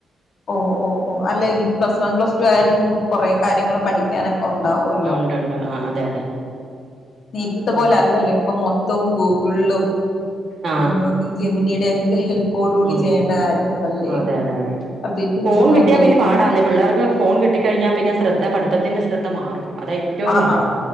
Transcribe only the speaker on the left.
ഓഹ് ഓഹ് ഓഹ് അല്ല ഇനിയിപ്പ പ്ലസ് വൺ പ്ലസ് ടു ആയാലും കൊറേ കാര്യങ്ങള് പഠിക്കാനൊക്കെ ഒണ്ടാവുവ
നീത്തത്തെ പോലെ
അല്ലല്ലോ ഇപ്പൊ മൊത്തവും ഗുള്ളും
ഉം ജമിനിയുടെ ഹെൽപ്പോടു കൂടി
ചെയ്യേണ്ട കാര്യങ്ങളല്ലേ
പ്രത്യേകിച്ച്
ഉഷ്നോക്കെ
ഇല്ലേ
ആ